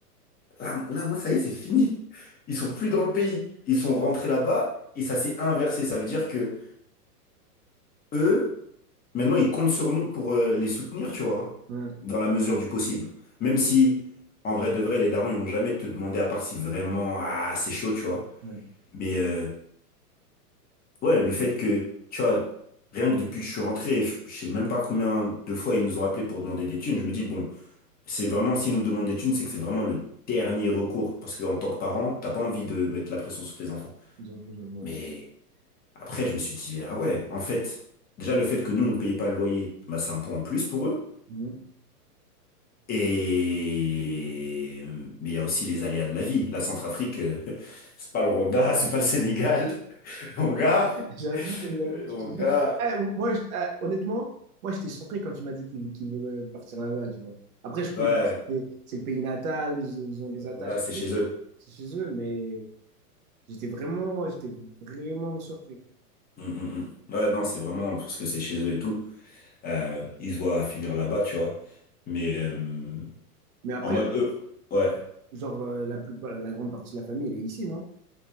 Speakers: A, on the left; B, on the right.
A: Là, là, moi, ça y est, c'est fini. Ils sont plus dans le pays. Ils sont rentrés là-bas et ça s'est inversé. Ça veut dire que eux, Maintenant, ils comptent sur nous pour euh, les soutenir, tu vois,
B: ouais,
A: dans la mesure du possible. Même si, en vrai de vrai, les darons, ils vont jamais te demander, à part si vraiment, ah, c'est chaud, tu vois.
B: ouais,
A: Mais euh, ouais, le fait que, tu vois, rien que depuis que je suis rentré, je, je sais même pas combien de fois ils nous ont appelés pour demander des thunes. Je me dis, bon, c'est vraiment, s'ils nous demandent des thunes, c'est que c'est vraiment le dernier recours. Parce qu'en tant que parent, t'as pas envie de mettre la pression sur tes enfants.
B: j'avoue, j'avoue, ouais.
A: Mais après, je me suis dit, ah ouais, en fait, déjà, le fait que nous, on payait pas le loyer, bah, c'est un point en plus pour eux.
B: Mhm.
A: Et mais il y a aussi les aléas de la vie. La Centrafrique, euh, <laughs> c'est pas le Rwanda, <laughs> c'est pas le Sénégal. <laughs> Mon gars,
B: J'avoue, j'avoue,
A: euh,
B: je
A: mon
B: te jure.
A: gars,
B: Eh, moi, je- eh, honnêtement, moi, j'étais surpris quand tu m'as dit qu'il qu'il voulait partir là-bas, tu vois. Après, je
A: ouais,
B: comprends, c'est le c'est le pays natal, ils, ils ont des attaches
A: voilà, c'est
B: et tout.
A: chez eux.
B: C'est chez eux, mais j'étais vraiment, j'étais vraiment surpris.
A: Mm, mm, mm. Ouais, non, c'est vraiment parce que c'est chez eux et tout. Euh, ils se voient finir là-bas, tu vois. Mais euh,
B: Mais après,
A: en mode eux, ouais.
B: genre, euh, la plupart, la grande partie de la famille, elle est ici, non?